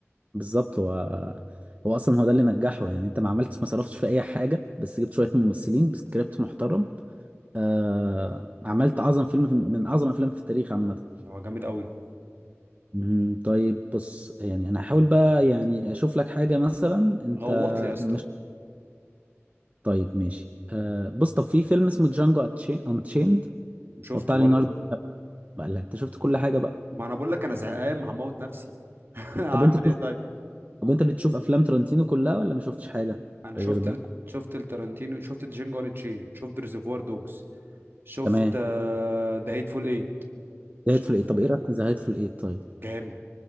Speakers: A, on the right; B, on the right.
A: بالظبط هو هو اصلا هو ده اللي نجحه يعني انت ما عملتش ما صرفتش في اي حاجه بس جبت شويه ممثلين بسكريبت محترم آه عملت اعظم فيلم في- من اعظم افلام في التاريخ عامه
B: هو جامد قوي
A: مهم. طيب بص يعني انا هحاول بقى يعني اشوف لك حاجة مثلا انت
B: غوط لي يا اسطى
A: مش طيب ماشي آه بص طب في فيلم اسمه جانجو انتشيند
B: شفته
A: بتاع ليوناردو
B: برضه
A: بقى لا انت شفت كل حاجة بقى
B: ما انا بقول لك انا زهقان هموت نفسي <laughs> هعمل
A: طب انت
B: ايه طيب
A: طب انت بتشوف افلام ترنتينو كلها ولا ما شفتش حاجة
B: انا شفت
A: غير ده
B: ال... شفت التارانتينو شفت جينجو ان تشين شفت ريزرفوار دوجز شفت
A: تمام
B: ذا هيت فول ايت شفت
A: زهقت في الايه طب ايه رأيك في زهقت في الايه طيب
B: جامد